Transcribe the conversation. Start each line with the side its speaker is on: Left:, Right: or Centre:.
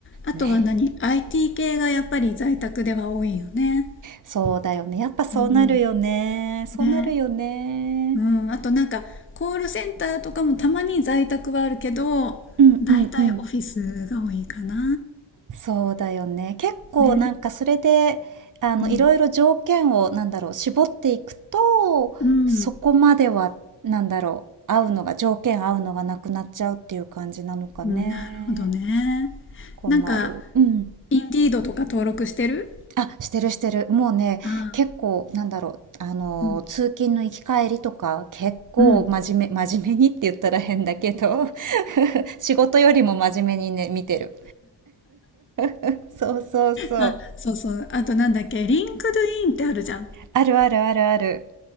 Left: あとは何
Right: ね。
Left: ?IT 系がやっぱり在宅では多いよね。
Right: そうだよね。やっぱそうなるよね。
Left: うん、
Right: そうなるよね。
Left: ね。うん、あとなんかコールセンターとかもたまに在宅はあるけど大体オフィスが多いかな
Right: うんうんうん。そうだよね。結構なんかそれで、
Left: ね
Right: あの、
Left: うん
Right: いろいろ条件を、なんだろう、絞っていくと、
Left: うん
Right: そこまでは、なんだろう、合うのが、条件合うのがなくなっちゃうっていう感じなのかね。
Left: うんなるほどね
Right: 困る。
Left: なんか
Right: うん。
Left: インディードとか登録してる
Right: あ、してるしてる。もうね、
Left: ああ
Right: 結構、なんだろう、あの、
Left: うん
Right: 通勤の行き帰りとか、結構真面目、
Left: うん
Right: 真面目にって言ったら変だけど <laughs>、仕事よりも真面目にね、見てる。<laughs> そうそうそう。
Left: あそうそうあとなんだっけリンクドインってあるじゃん
Right: あるあるあるある。